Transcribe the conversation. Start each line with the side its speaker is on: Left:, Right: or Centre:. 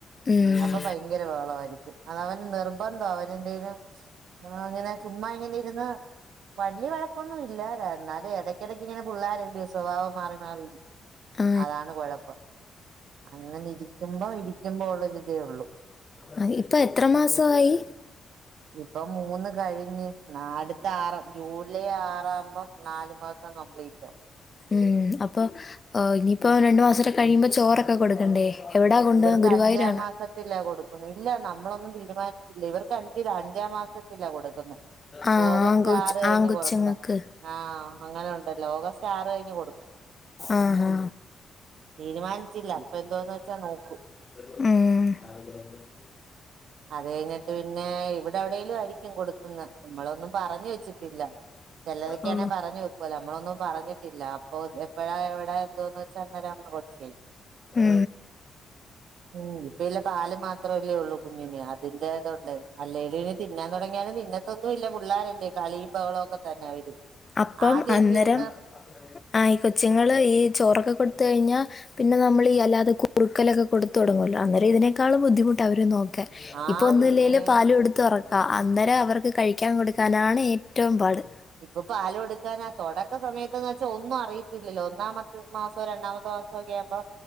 Left: ഉം.
Right: അപ്പൊ ഭയങ്കര ബഹളമായിയിരിക്കും അത് അവന് നിർബന്ധം അവനെ ന്തേലും നമളങ്ങനെ അങ്ങനെ ചുമ്മാ ഇങ്ങനെ ഇരുന്ന വലിയ വഴക്കൊന്നും ഇല്ലല എന്നാല് ഇടയ്ക്കിടയ്ക്ക് ഇങ്ങനെ പിള്ളാര ല്ലേ സ്വഭാവം മാറി മാറി
Left: ആ.
Right: അതാണ് കൊഴപ്പം അങ്ങനെ ഇരിക്കുമ്പോ ഇരിക്കുമ്പോ ഉള്ളരിതേ ഉള്ളൂ
Left: ആ ഇപ്പം എത്ര മാസമായി
Right: ഇപ്പം മൂന്ന് കഴിഞ്ഞ് നാല് <unintelligible> ജൂലൈ ആറാവുമ്പം നാല് മാസം കംപ്ലീറ്റാവും.
Left: മ് അപ്പോ എഹ് ഇനിയിപ്പോ രണ്ട് മാസോടി കഴിയുമ്പോ ചോറൊക്കെ കൊടുക്കണ്ടേ? എവിടാ കൊണ്ടുപോകാൻ
Right: ഇവർക്ക്
Left: ഗുരുവായൂരാണോ
Right: അഞ്ചാം മാസ ത്തില കൊടുക്കുന്നെ, ഇല്ല നമ്മളൊന്നും തീരുമാനിച്ചില്ല, ഇവർക്ക് അഞ്ചിലാ അഞ്ചാം മാസത് ത്തിലാ കൊടുക്കുന്നെ,
Left: ആ
Right: ഓഗസ്റ്റ്
Left: ആങ്കൊച്ച്
Right: ആറ് കഴിഞ്ഞ്
Left: ആങ്കൊച്ചുങ്ങൾക്ക്
Right: കൊടുക്കാം. ആഹ് അങ്ങനോണ്ടല്ലോ ഓഗസ്റ്റ് ആറ് കഴിഞ്ഞ് കൊടുക്കാം.
Left: ആഹാ
Right: തീരുമാനിച്ചില്ല, അപ്പ എന്തോന്ന് വെച്ചാൽ നോക്കും.
Left: മ്
Right: അത് കഴിഞ്ഞിട്ട് പിന്നെ ഇവിടെ എവിടേലും ആയിരിക്കും കൊടുക്കുന്ന, നമ്മളൊന്നും പറഞ്ഞ് വെച്ചിട്ടില്ല, ചെലോരൊക്കെയാണെ
Left: ഓ
Right: പറഞ്ഞ് വെ <unintelligible> നമ്മളൊന്നും പറഞ്ഞിട്ടില്ല, അപ്പോ എപ്പഴാ എവിടാ എന്തോന്ന് വെച്ചാൽ അന്നേരം അങ്ങ് <unintelligible>
Left: മ്
Right: മ് ഇപ്പ ഇല്ല പാല് മാത്രല്ലേ ഒള്ളൂ. കുഞ്ഞിന് അതിന്റെതോണ്ട് അല്ലേൽ ഇന് തിന്നാൻ തൊടങ്ങിയാല് തിന്നത്തൊന്നുല്ല, പുള്ളാരല്ലേ കളിയും ബഹളൊക്കെ തന്നെ അവര്
Left: അപ്പം
Right: ആദ്യൊക്കെ
Left: അന്നേരം
Right: ഇരുന്ന്
Left: ആഹ് ഈ കൊച്ചുങ്ങള് ഈ ചോറൊക്കെ കൊടുത്ത് കഴിഞ്ഞാ പിന്നെ നമ്മളീ അല്ലാതെ കുറുക്കലൊക്കെ കൊടുത്തു തൊടങ്ങുവല്ലോ അന്നേരം ഇതിനേക്കാള് ബുദ്ധിമുട്ട അവരെ നോക്കാൻ.
Right: ആഹ്
Left: ഇപ്പ ഒന്നുല്ലേല്
Right: പിന്നെ
Left: പാലു കൊടുത്ത് ഒറ ക്ക അന്നേരം അവർക്ക് കഴിക്കാൻ കൊടുക്കാനാണ് ഏറ്റവും പാട്.
Right: ഇപ്പ പാലു കൊടുക്കാനാ തൊടക്ക സമയത്ത്ന്ന് വെച്ചാ ഒന്നും അറിയത്തില്ലല്ലോ ഒന്നാമ ത്ത് മാസോ രണ്ടാമത്തെ മാസക്കെ ആകുമ്പോ